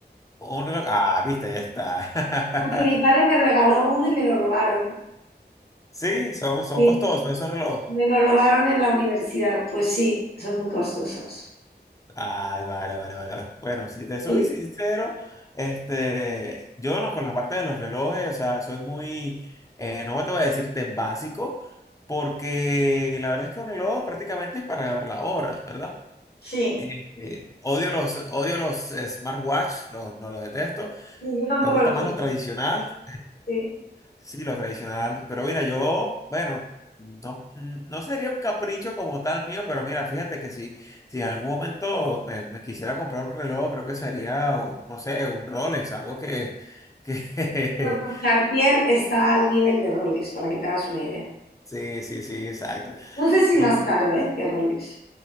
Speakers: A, on the left; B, on the left.
A: Un reloj- ah, viste, ya está. <laughs>
B: porque mi padre me regaló uno y me lo robaron.
A: Sí, son, son
B: Sí,
A: costosos esos relojes.
B: me lo robaron en la universidad. Pues sí, son muy costosos.
A: Ay, vale, vale, vale. vale. Bueno, si te soy
B: Sí,
A: <laughs> sincero, este, yo no, con la parte de los relojes, o sea, soy muy, eh, no te voy a decir tan básico, porque la verdad es que un reloj prácticamente es para ver la hora, ¿verdad?
B: sí,
A: Eh, eh, odio los, odio los eh, smartwatch, los, no los detesto.
B: Sí, yo tampoco
A: Me gusta
B: lo
A: más
B: sé.
A: lo tradicional,
B: Sí.
A: Sí, lo tradicional. Pero mira, yo, bueno, no, mm, no sería un capricho como tal mío, pero mira, fíjate que si, si en algún momento me, me quisiera comprar un reloj, creo que sería, un- no sé, un Rolex, algo que, que...
B: Bueno, pues Cartier
A: <laughs>
B: está al nivel de Rolex, para que te hagas una idea.
A: Sí, sí, sí, exacto.
B: No sé si
A: Eh,
B: más caro, ¿eh? que Rolex.